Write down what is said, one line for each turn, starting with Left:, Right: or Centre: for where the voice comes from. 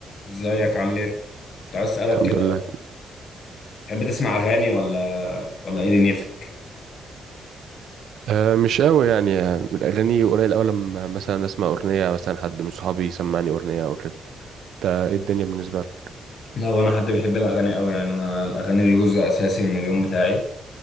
Left: ازيك عامل ايه؟ كنت عايز اسألك
Right: الحمد
Left: كده
Right: لله
Left: تحب تسمع أغاني ولا ولا ايه دنيتك؟
Right: أه مش قوي يعني آه، الاغاني قليل قوي لما مثلا اسمع اغنيه مثلا حد من صحابي يسمعني اغنيه او كده انت ايه الدنيا بالنسبه لك
Left: لا هو أنا حد بيحب الأغاني أوي يعني أنا الأغاني دي جزء أساسي من اليوم بتاعي